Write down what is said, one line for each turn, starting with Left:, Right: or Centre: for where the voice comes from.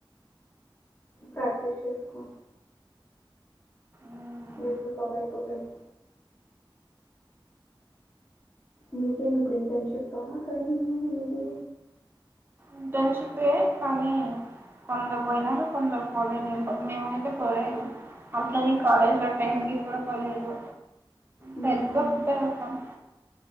Left: ప్రాక్టీస్ చేసుకో
Right: మ్మ్
Left: రెండు <unintelligible> కాటన్ మీకేం ఇప్పుడు ఇంటర్న్షిప్పా ట్రైనింగ్ ఏది
Right: ఇంటర్న్షిపే కానీ కొందరు పోయినారు కొందరు పోలేదు మేమయితే పోలేదు అట్లనే కాలేజ్ గట్ట టైమ్ కి కూడా పోలేదు
Left: హ్మ్.
Right: సెల్ఫ్ గా ప్రిపేర్ అవుతున్నాం